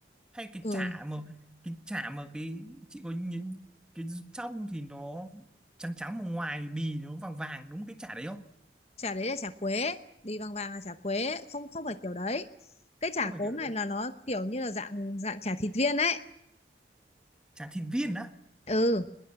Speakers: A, in the centre; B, on the left (about 35°).
A: hay cái
B: ừ
A: chả mà cái chả mà cái chị có nhìn cái trong thì nó trắng trắng mà ngoài thì bì nó vàng vàng đúng cái chả đấy không
B: chả đấy là chả quế bì vàng vàng là chả quế không không phải kiểu đấy cái chả
A: không phải
B: cốm
A: kiểu
B: này
A: đấy
B: là nó kiểu như là dạng dạng chả thịt viên ấy
A: chả thịt viên á
B: ừ